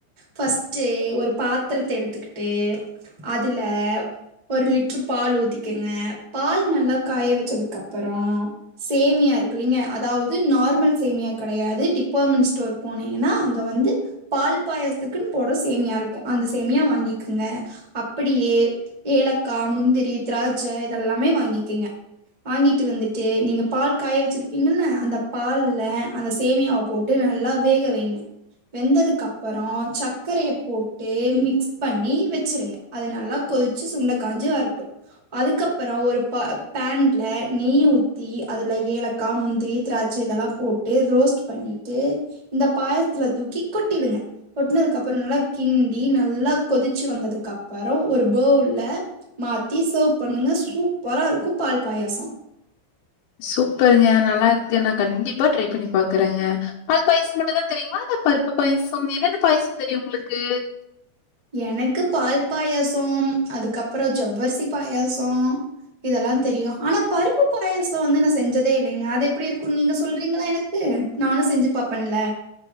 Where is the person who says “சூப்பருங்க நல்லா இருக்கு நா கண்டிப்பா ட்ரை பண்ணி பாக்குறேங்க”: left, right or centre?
Left